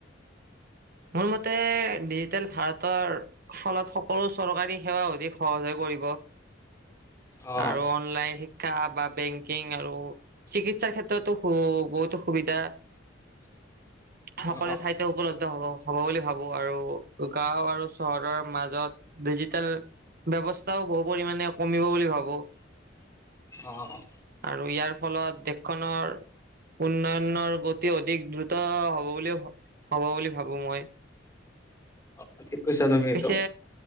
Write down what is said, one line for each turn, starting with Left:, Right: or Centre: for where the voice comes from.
Right: মোৰ মতে ডিজিটেল ভাৰতৰ ফলত সকলো চৰকাৰী সেৱা অধিক সহজ হৈ
Left: অ',
Right: আৰু অনলাইন শিক্ষা বা বেংকিং আৰু চিকিৎসাৰ ক্ষেত্ৰতো বহুতো সুবিধা সকলে
Left: অ',
Right: ঠাইতে উপলব্ধ হ'ব। হ'ব বুলি ভাবো আৰু গাওঁ আৰু চহৰৰ মাজত ডিজিটেল ব্যৱস্থাও বহু পৰিমামানে কমিব বুলি ভাবোঁ।
Left: অ'
Right: আৰু ইয়াৰ ফলত দেশখনৰ উন্নয়নৰ গতি অধিক দ্ৰুত হ'ব বুলি হ'ব বুলি ভাবো মই।
Left: অ', ঠিক কৈছা তুমি
Right: পিছে
Left: এইটো।